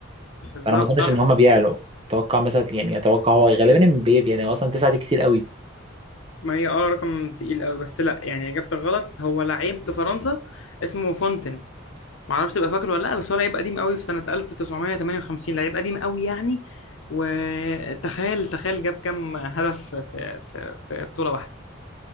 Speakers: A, on the left; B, on the right.
A: بالظبط
B: فأنا ما أظنش
A: صح
B: إن هما بيعلوا أتوقع مثلا يعني أتوقع هو غالبا امبابي يعني هو أصلا تسعة دي كتير قوي
A: ما هي أه رقم تقيل أوي بس لأ يعني إجابتك غلط هو لعيب في فرنسا اسمه فونتن معرفش تبقى فاكره ولا لأ بس هو لعيب قديم أوي في سنة 1958 لعيب قديم أوي يعني وتخيل تخيل جاب كام هدف في في في بطولة واحدة